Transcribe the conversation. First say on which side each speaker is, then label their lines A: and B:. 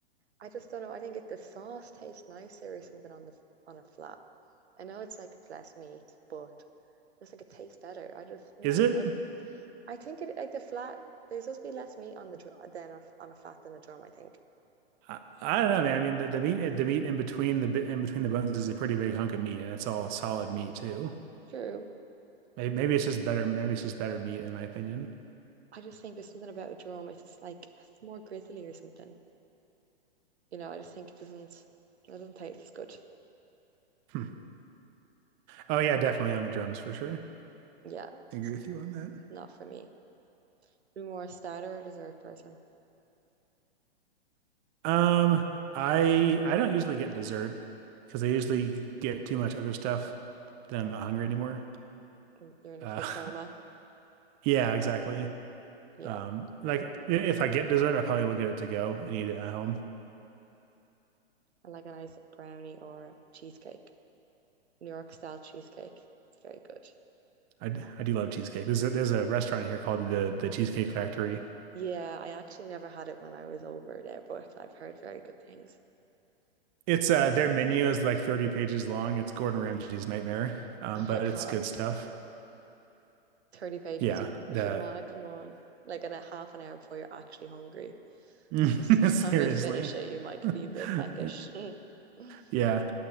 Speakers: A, on the right; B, on the right.
A: I just don't know. I think if the sauce tastes nicer or something on the on a flat, I know it's like it's less meat, but it's like it tastes better. I just like
B: Is it?
A: I, I think it like the flat. There's supposed to be less meat on the drum than a, on a flat than a drum. I think.
B: I, I don't know, man. I mean, the, the meat the meat in between the bi- in between the bones is a pretty big hunk of meat, and it's all solid meat too.
A: True.
B: Maybe, maybe it's just better. Maybe it's just better meat, in my opinion.
A: I just think there's something about a drum. It's just like it's more grizzly or something. You know, I just think it doesn't it doesn't taste as good.
B: Hmm. Oh yeah, definitely on the drums for sure.
A: Yeah,
B: I agree
A: it's
B: with you on that.
A: not for me. Be more a starter or a dessert person.
B: Um, I I don't usually get dessert because I usually get too much other stuff. Then I'm not hungry anymore.
A: Mm, You're in
B: Uh,
A: a food coma.
B: <laughs> yeah, exactly.
A: Yeah,
B: Um, like i- if I get dessert, I probably will get it to go and eat it at home.
A: I like a nice brownie or cheesecake. New York style cheesecake. It's very good.
B: I, d- I do love cheesecake. There's a, there's a restaurant here called the the Cheesecake Factory.
A: Yeah, I actually never had it when I was over there, but I've heard very good things.
B: It's uh their menu is like 30 pages long. It's Gordon Ramsay's nightmare. Um,
A: Oh
B: but
A: my God,
B: it's good stuff.
A: 30 pages.
B: Yeah,
A: You'd,
B: the
A: you'd want to come on like in a half an hour before you're actually hungry. <laughs>
B: <laughs>
A: So by
B: seriously.
A: the time you finish it, you might be a bit
B: <laughs>
A: peckish. <laughs>
B: yeah.